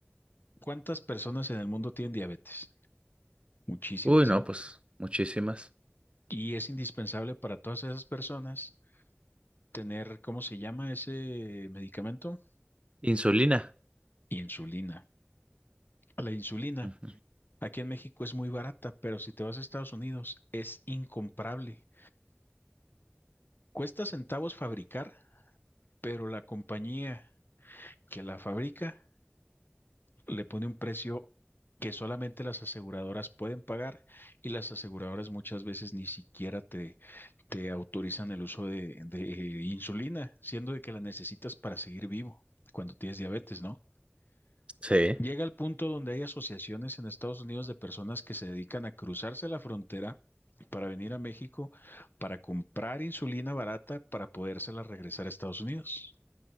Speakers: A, on the left; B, on the right.
A: ¿cuántas personas en el mundo tienen diabetes? Muchísimas,
B: Uy, no,
A: ¿no?
B: pues muchísimas.
A: Y es indispensable para todas esas personas tener, ¿cómo se llama ese medicamento?
B: Insulina.
A: Insulina. La insulina
B: Ujú.
A: aquí en México es muy barata, pero si te vas a Estados Unidos es incomparable. Cuesta centavos fabricar, pero la compañía que la fabrica le pone un precio que solamente las aseguradoras pueden pagar y las aseguradoras muchas veces ni siquiera te, te autorizan el uso de, de insulina, siendo de que la necesitas para seguir vivo cuando tienes diabetes, ¿no?
B: Sí.
A: Llega al punto donde hay asociaciones en Estados Unidos de personas que se dedican a cruzarse la frontera para venir a México, para comprar insulina barata, para podérsela regresar a Estados Unidos.